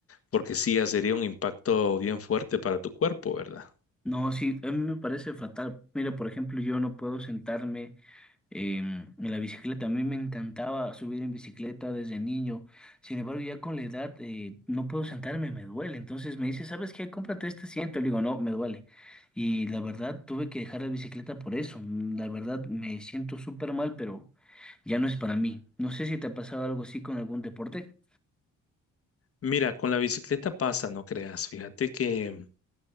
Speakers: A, on the left; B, in the centre.
A: porque sí, ya sería un impacto bien fuerte para tu cuerpo, ¿verdad?
B: No, sí, a mí me parece fatal. Mira, por ejemplo, yo no puedo sentarme em, en la bicicleta. A mí me encantaba subir en bicicleta desde niño. Sin embargo, ya con la edad eh, no puedo sentarme, me duele. Entonces me dice, ¿sabes qué? Cómprate este asiento. Le digo, no, me duele. Y la verdad, tuve que dejar la bicicleta por eso. Mm, La verdad, me siento súper mal, pero ya no es para mí. No sé si te ha pasado algo así con algún deporte.
A: Mira, con la bicicleta pasa, no creas, fíjate que